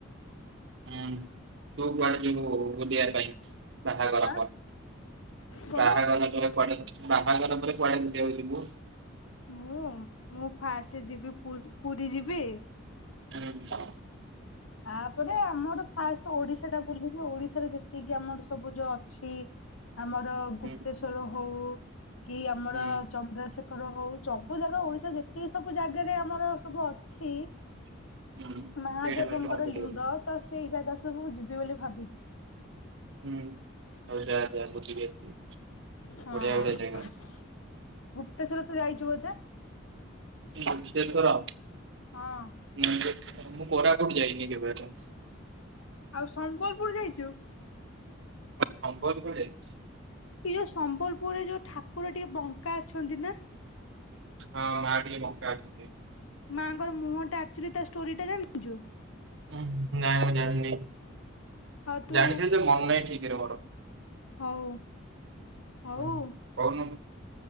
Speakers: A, on the right (about 60°); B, on the left (about 85°).
A: ହୁଁ ତୁ କୁଆଡେ ଯିବୁ-ଉ ବୁଲିବା ପାଇଁ? ବାହାଘର
B: ଆଁ
A: ପରେ
B: କଣ
A: ବାହାଘର ପରେ କୁଆଡେ? ବାହାଘର ପରେ କୁଆଡେ ବୁଲିବାକୁ ଯିବୁ?
B: ମୁଁ ମୁଁ ଫାଷ୍ଟ ଯିବି ପୁ-ପୁରୀ ଯିବି।
A: <unintelligible>
B: ତାପରେ ଆମର ଫାଷ୍ଟ ଓଡିଶା ଟା ବୁଲିବୁ। ଓଡିଶା ରେ ଯେତିକି ଆମର ସବୁ ଯୋଉ ଅଛି, ଆମର
A: ହୁଁ
B: ଗୁପ୍ତେଶ୍ଵର ହଉ କି ଆମର
A: ହୁଁ।
B: ଚନ୍ଦ୍ରଶେଖର ହଉ ଜବୁ ଜାଗା ଓଡିଶା ଯେତିକି ସବୁ ଜାଗାରେ ଆମର ସବୁ ଅଛି।
A: ହୁଁ ସେଇଟା
B: ମହାଦେବଙ୍କର
A: ମେଟ କମ୍ପ୍ଲିଟ
B: ଲିଙ୍ଗ
A: କଲି
B: ତ ସେଇ ଯାଗା ସ ସବୁ ଯିବି ବୋଲି ଭାବିଛି।
A: ହୁଁ ହଉ ଯା ଯା ବୁଲିକି ଆସିବୁ।
B: ହଁ
A: ବଢିଆ ବଢିଆ
B: ଗୁପ୍ତେଶ୍ୱର
A: ଜାଗା
B: ତୁ ଯାଇଛୁ ବୋଧେ?
A: ଗୁପ୍ତେଶ୍ୱର
B: ହଁ
A: ନିଯେ। ମୁଁ କୋରାପୁଟ ଯାଇନି କେବେ ହେଲେ।
B: ଆଉ ସମ୍ବଲପୁର ଯାଇଚୁ?
A: ସମ୍ବଲପୁର ଯାଇଛି।
B: ଏଇ ଯୋଉ ସମ୍ବଲପୁରରେ ଯୋଉ ଠାକୁର ଟିକେ ବଙ୍କା ଅଛନ୍ତି ନା!
A: ହଁ ମାଆ ଟିକେ ବଙ୍କା ଅଛନ୍ତି।
B: ମାଆଙ୍କର ମୁହଁ ଟା ଆକ୍ଚୁଲି ତା ଷ୍ଟୋରି ଟା ଜାଣିଛୁ?
A: ଉଁ ନାଇଁ ମୁଁ ଜାଣିନି।
B: ଆଉ ତୁ
A: ଜାଣିଛି ଯେ ମନ ନାଇଁ ଠିକ୍ ରେ ମୋର।
B: ହଉ। ହଉ
A: ହୁଁ କହୁନୁ।